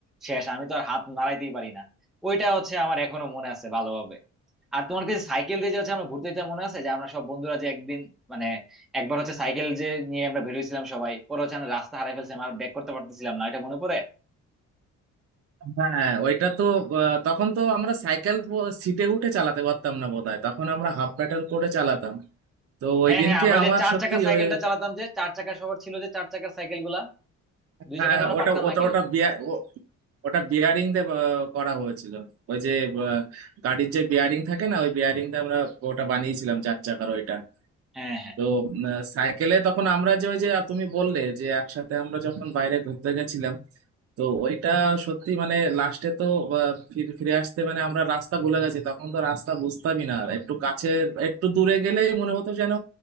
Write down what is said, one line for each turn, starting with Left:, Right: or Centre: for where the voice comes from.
Centre: শেষ আমি তো আর হাত নাড়াইতেই পারি না ওইটা হচ্ছে আমার এখনো মনে আছে ভালোভাবে আর তোমার কাছে সাইকেল দিয়ে যে হচ্ছে আমরা ঘুরতে যেতাম মনে আছে যে আমরা সব বন্ধুরা যে একদিন মানে একবার হচ্ছে সাইকেল যে নিয়ে আমরা বেরিয়েছিলাম সবাই পরে হচ্ছে আমরা রাস্তা হারাই ফেলছিলাম আর ব্যাক করতে পারতেছিলাম না এটা মনে পড়ে
Right: হ্যাঁ ওইটা তো আহ, তখন তো আমরা সাইকেল সিটে উঠে চালাতে পারতাম না বোধহয় তখন আমরা হাফ প্যাডেল করে চালাতাম তো ওই
Centre: হ্যাঁ
Right: দিনকে
Centre: হ্যাঁ আমরা
Right: আমার
Centre: যে চার
Right: সত্যি
Centre: চাকার সাইকেলটা
Right: ওই
Centre: চালাতাম যে চার চাকার সবার ছিল যে চার চাকার সাইকেল গুলা দুই
Right: হ্যাঁ,
Centre: চাকা তো আমরা
Right: ওটা
Centre: পারতাম
Right: ওটা
Centre: না কেউ
Right: ওটা বিয়া- ও- ওটা বিয়ারিং দিয়ে আহ, করা হয়েছিল ওই যে আহ, গাড়ির যে বিয়ারিং থাকে না ওই বিয়ারিং দিয়ে আমরা ওটা বানিয়েছিলাম চার চাকার ওইটা
Centre: হ্যাঁ হ্যাঁ
Right: তো উম, আহ, সাইকেলে তখন আমরা যে ওই যে তুমি বললে যে একসাথে আমরা যখন বাইরে ঘুরতে গেছিলাম তো ওইটা সত্যি মানে লাস্টে তো আহ, ফির- ফিরে আসতে মানে আমরা রাস্তা ভুলে গেছি তখন তো রাস্তা বুঝতামই না একটু কাছে একটু দূরে গেলেই মনে হতো যেন